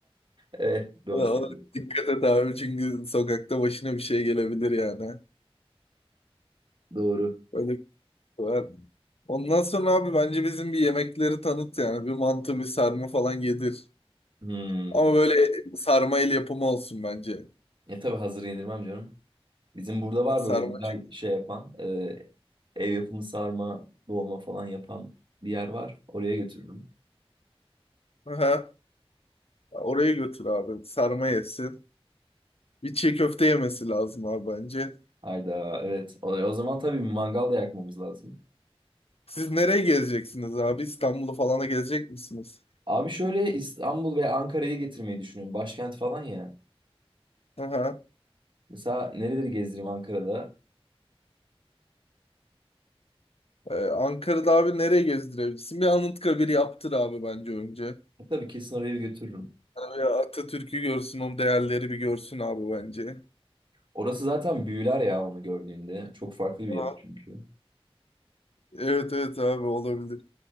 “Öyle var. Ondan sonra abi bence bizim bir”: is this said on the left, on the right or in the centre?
Left